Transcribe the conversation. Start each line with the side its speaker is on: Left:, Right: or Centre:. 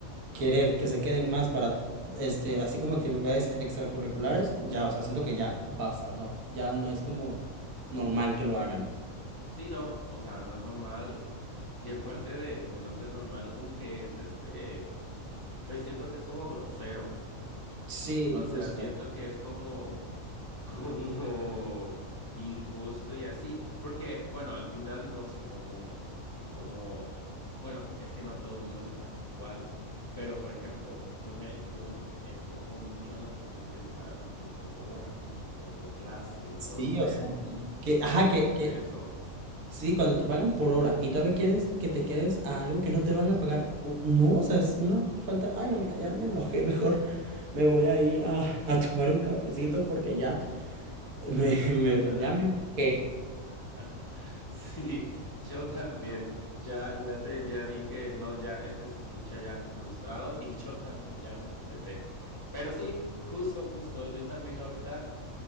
Right: querer que se queden más para, este, así como actividades extracurriculares, ya, o sea, siento que ya basta, no, ya no es como normal que lo hagan.
Left: Sí, no, o sea, no es normal. <laughs> Y aparte de, de no ser normal, como que es este, pues siento que es como grosero.
Right: Sí,
Left: O sea,
Right: justo.
Left: siento que es como como injusto y así. Porque, bueno, al final no sé cómo, cómo, bueno, es que no a todo el mundo le pagan igual. Pero, por ejemplo, yo me, yo me enfoco mucho en las personas que les pagan como por hora o por clase. Entonces,
Right: Sí, o sea, que, que-
Left: cuando
Right: ajá, que,
Left: hacen
Right: que-
Left: eso.
Right: sí, cuando te pagan por hora y todavía quieres que te quedes a algo que no te van a pagar, u- no, o sea, es una falta, ay, no, mira, ya me enojé, mejor me voy a ir a, a tomar un cafecito porque ya me, me-
Left: <laughs>
Right: ya me enojé.
Left: <laughs> Sí, yo también. Ya, ya te, ya dije, no, ya este se escucha ya frustrado y yo también ya me estresé. Pero sí, justo, justo, yo también ahorita,